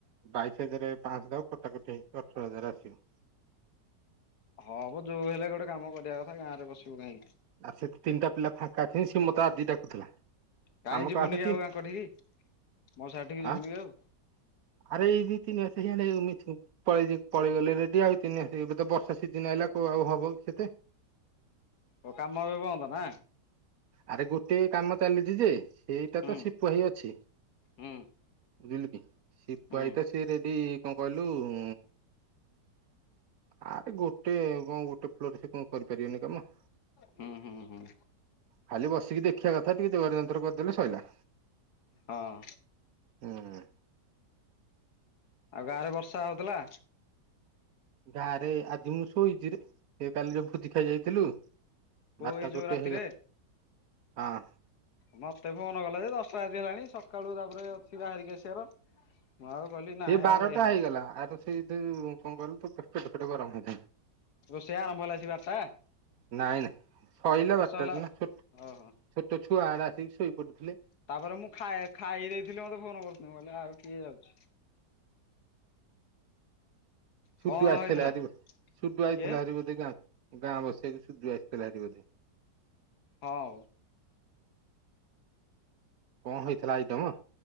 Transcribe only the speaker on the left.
ହଁ ମୋ ଯୋଉ ହେଲେ ଗୋଟେ କାମ କରିଆ କଥା ଗାଁରେ ବସିବୁ କାଇଁକି?
କାଇଁ
ଯିବୁନି
ଯେ ଆଉ ଆଙ୍କଠିକି ମଉସା ଘରଟିକି ଯିବୁନି
କି ଆଉ
ଓ କାମ ଏବେ ବନ୍ଦ ନା
ହୁଁ
ହୁଁ
ହୁଁ
ହୁଁ ହୁଁ ହୁଁ।
ହଁ।
ଆଉ ଗାଁରେ ବର୍ଷା ହଉଥିଲା?
କୋଉ
ଏଇ
ଯୋଉ ରାତିରେ
ମତେ ଫୋନ କଲା ଯେ ଦଶଟା ରାତି ହେଲାଣି ସକାଳୁ ତାପରେ ଅଛି ବାହାରିକି ଆସିବାର। ମୁଁ ଆଉ କହିଲି ନାଇଁ
ଆଉ ଯାଇ ହବନି।
ରୋଷେଇ ଆରମ୍ଭ ହେଲା ସେଇ ବାରଟା।
ଶେଷ
ହେଲା
ଓହୋ
ତାପରେ ମୁଁ ଖାଇ ଖାଇ ଦେଇଥିଲି ମତେ ଫୋନ କରୁଛନ୍ତି ମୁଁ କହିଲି ଆଉ କିଏ ଯାଉଛି?
କଣ
ହେଇଥିଲା
କିଏ
ହଁ।